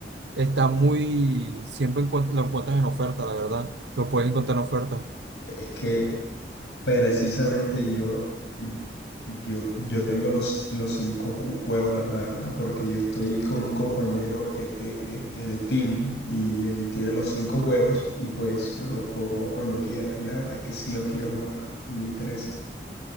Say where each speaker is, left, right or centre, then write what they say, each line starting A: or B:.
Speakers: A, on the right (about 80°); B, on the left (about 85°).
A: está muy, siempre encuent- lo encuentras en oferta, la verdad, lo puedes encontrar en oferta.
B: Es que Precisamente yo, yo, yo tengo los, los cinco ju- juegos, la, la verdad, porque yo estoy con un compañero en, en- en- en Steam y él tiene los cinco juegos y pues yo los puedo jugar cuando quiera y la verdad es que sí los quiero jugar, me interesa.